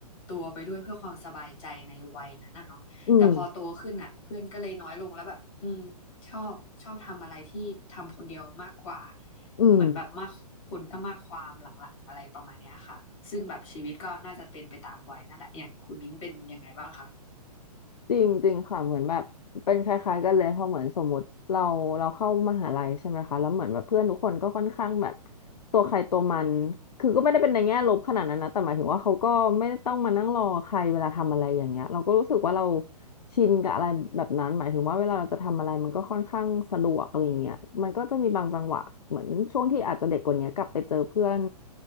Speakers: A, on the left; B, on the left.
A: ตัวไปด้วยเพื่อความสบายใจในวัยนั้นน่ะเนาะแต่พอโตขึ้นอ่ะเพื่อนก็เลยน้อยลงแล้วแบบอืมชอบชอบทำอะไรที่ทำคนเดียวมากกว่า
B: อืมอืม
A: เหมือนแบบมากคนก็มากความหลังๆอะไรประมาณเนี้ยค่ะซึ่งแบบชีวิตก็น่าจะเป็นไปตามวัยนั่นแหละอย่างคุณมิ้นเป็นยังไงบ้างคะ
B: จริงจริงค่ะเหมือนแบบเป็นคล้ายๆกันเลยเพราะเหมือนสมมติเราเราเข้ามหาลัยใช่ไหมคะแล้วเหมือนแบบเพื่อนทุกคนก็ค่อนข้างแบบตัวใครตัวมันคือก็ไม่ได้เป็นในแง่ลบขนาดนั้นนะแต่หมายถึงว่าเขาก็ไม่ได้ต้องมานั่งรอใครเวลาทำอะไรอย่างเงี้ยเราก็รู้สึกว่าเราชินกับอะไรแบบนั้นหมายถึงว่าเวลาเราจะทำอะไรมันก็ค่อนข้างสะดวกอะไรอย่างเงี้ยมันก็จะมีบางจังหวะเหมือนช่วงที่อาจจะเด็กกว่านี้กลับไปเจอเพื่อน